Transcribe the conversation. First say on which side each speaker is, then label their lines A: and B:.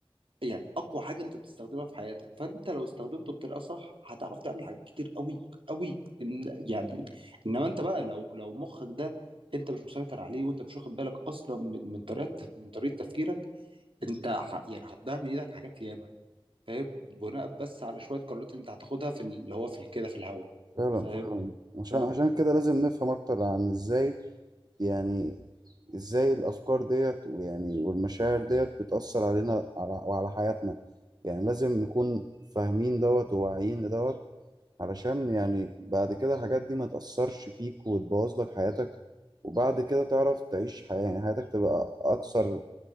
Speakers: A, on the right; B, on the right.
A: يعني اقوى حاجه انت بتستخدمها في حياتك فانت لو استخدمته بطريقه صح هتعرف تعمل حاجات كتير قوي قوي إن يعني انما انت بقى لو لو مخك ده انت مش مسيطر عليه وانت مش واخد بالك اصلا من من طريقه تف- من طريقه تفكيرك انت ح... يعني هتضيع من ايدك حاجات ياما فاهم بناء بس على شويه قرارات انت هتاخدها في اللي هو في كده في الهوا
B: فعلا
A: فاهم
B: فعلا عشان
A: فاهم
B: عشان كده لازم نفهم اكتر عن ازاي يعني ازاي الافكار ديت ويعني والمشاعر ديت بتأثر علينا على وعلى حياتنا يعني لازم نكون فاهمين دوت وواعيين لدوت علشان يعني بعد كده الحاجات دي ما تأثرش فيك وتبوظ لك حياتك وبعد كده تعرف تعيش حياة يعني حياتك تبقى اكثر